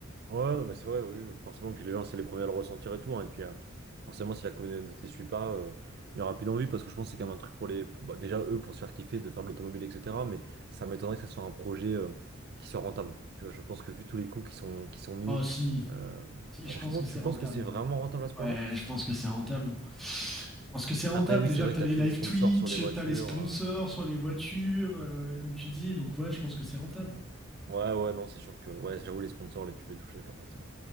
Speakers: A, on the right (about 50°); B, in the centre.
A: Ouais, non, mais c'est vrai, oui, forcément. Puis les gens, c'est les premiers à le ressentir et tout. hein. et puis, euh, forcément, si la communauté suit pas, euh, il n'y aura plus d'envie parce que je pense que c'est quand même un truc pour les. bah, déjà, eux, pour se faire kiffer, de faire de l'automobile, etc. Mais ça m'étonnerait que ce soit un projet euh, qui soit rentable. Tu vois, je pense que vu tous les coûts qui sont, qui sont mis,
B: Oh, si,
A: euh,
B: si,
A: franchement,
B: je pense que
A: tu
B: c'est rentable,
A: penses que c'est
B: moi.
A: vraiment rentable à ce point-là?
B: Ouais, je pense que c'est rentable. moi. Je pense que c'est rentable.
A: Après, oui,
B: Déjà,
A: c'est vrai
B: t'as
A: que tu
B: les
A: as tous
B: live
A: les sponsors
B: Twitch,
A: sur les voitures.
B: t'as les sponsors
A: euh.
B: sur les voitures, euh, comme tu dis. Donc, ouais, je pense que c'est rentable. ouais.
A: Ouais, ouais, non, c'est sûr que. Ouais, j'avoue, les sponsors, les pubs et tout, j'avais pas pensé. ouais.